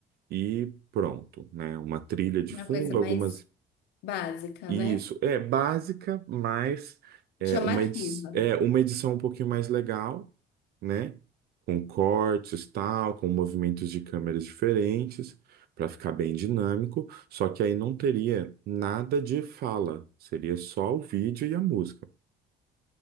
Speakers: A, on the right (about 65°); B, on the left (about 90°).
A: e pronto, né? Uma trilha de
B: uma
A: fundo,
B: coisa mais
A: algumas
B: básica,
A: Isso,
B: né?
A: é básica, mas é
B: Chamativa.
A: uma, edi é uma edição um pouquinho mais legal, né? Com cortes, tal, com movimentos de câmeras diferentes, para ficar bem dinâmico. Só que aí não teria nada de fala, seria só o vídeo e a música.